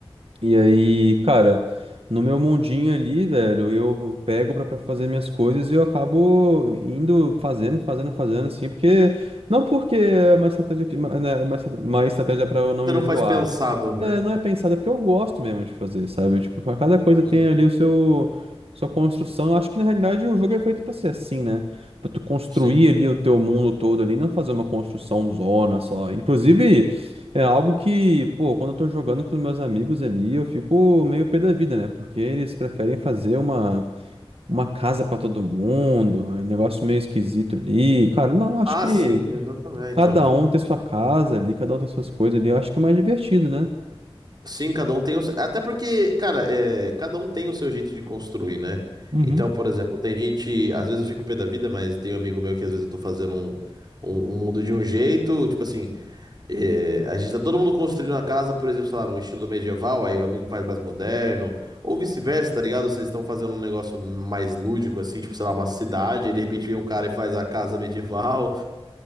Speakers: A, on the right; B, on the right.
A: E aí, cara, no meu mundinho ali, velho, eu pego pra pra fazer minhas coisas e eu acabo indo fazendo, fazendo, fazendo, assim, porque. Não porque é uma estratégia, que- uma, né, uma estra- uma estratégia pra eu não
B: Você
A: enjoar.
B: não É, faz pensado, né?
A: É, não é pensada, é porque eu gosto mesmo de fazer, sabe? Tipo, pra cada coisa tem
B: Uhum.
A: ali o seu. Sua construção, acho que na realidade o jogo é feito pra ser assim, né? Pra tu construir
B: Sim.
A: ali o teu mundo todo ali, não fazer uma construção zona só. Inclusive. É algo que, pô, quando eu tô jogando com os meus amigos ali, eu fico meio pé da vida, né? Porque eles preferem fazer uma, uma casa pra todo mundo, é um negócio meio esquisito ali. Cara, não, eu acho
B: Ah,
A: que
B: sim, exatamente.
A: cada
B: Então.
A: um ter sua casa ali, cada um ter suas coisas ali, eu acho que é mais divertido, né?
B: Sim, cada um tem o seu... Até porque, cara, é, cada um tem o seu jeito de construir, né?
A: Uhum.
B: Então, por exemplo, tem gente. Às vezes eu fico pé da vida, mas tem um amigo meu que às vezes eu tô fazendo um, um, um mundo de um jeito. Tipo assim, é, a gente tá todo mundo construindo a casa, por exemplo, sei lá, num estilo medieval, aí o amigo faz mais moderno. Ou vice-versa, tá ligado? Vocês estão fazendo um negócio mais lúdico, assim, tipo, sei lá, uma cidade, aí de repente vem um cara e faz a casa medieval.